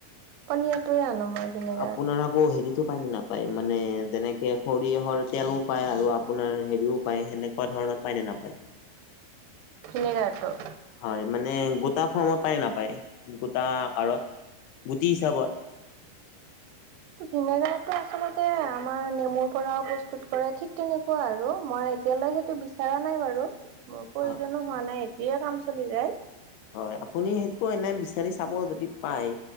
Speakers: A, on the right; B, on the left.
A: পনিয়টোৱে আনো মই ভিনেগাৰ
B: আপোনাৰ আকৌ হেৰিতো পায় নে না পায় মানে যেনেকে সৰিয়হৰ তেলো পায় আৰু আপোনাৰ হেৰিও পায় সেনেকোৱা ধৰণৰ পায় নে নাপায়
A: ভিনেগাৰটো
B: হয় মানে গোটা ফৰ্মত পাই নাপায় গোটা আকাৰত গুটি হিচাপত
A: ভিনেগাৰটো আচলতে আমাৰ নেমুৰ পৰাও প্ৰস্তুত কৰে ঠিক তেনে কোৱা আৰু মই এতিয়ালৈ সেইটো বিচৰা নাই বাৰু মোৰ প্ৰয়োজনো
B: হয়
A: হোৱা নাই সেটোৱে কাম চলি যায়
B: হয় আপুনি সেইটো এনে বিচাৰি চাব যদি পায়